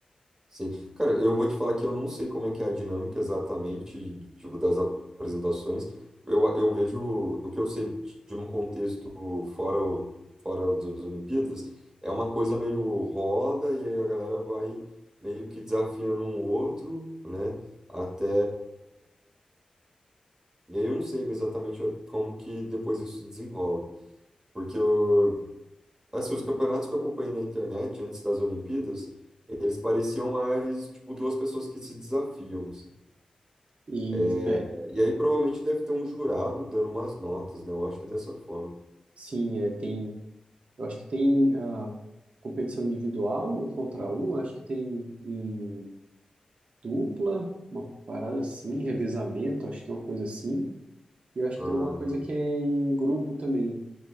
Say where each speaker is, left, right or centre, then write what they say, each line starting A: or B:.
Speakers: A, on the right (about 25°); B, on the right (about 60°).
A: Sim. Cara, eu vou te falar que eu não sei como é que é a dinâmica exatamente, tipo, das apresentações. Eu, eu vejo o que eu sei de de num contexto fora, o- fora das Olimpíadas, é uma coisa meio roda, e aí a galera vai meio que desafiando um outro, né? Até. E aí eu não sei exatamente como que depois isso se desenrola. Porque eu, Assim, os campeonatos que eu acompanhei na internet antes das Olimpíadas, eles pareciam mais, tipo, duas pessoas que se desafiam, assim.
B: E
A: É,
B: Isso é.
A: e aí provavelmente deve ter um jurado dando umas notas, né? Eu acho que é dessa forma.
B: Sim, é, tem. Eu acho que tem a competição individual, um contra um, acho que tem em dupla, uma parada assim, revezamento, acho que tem uma coisa assim. E eu acho
A: Aham.
B: que tem alguma coisa que é em grupo também,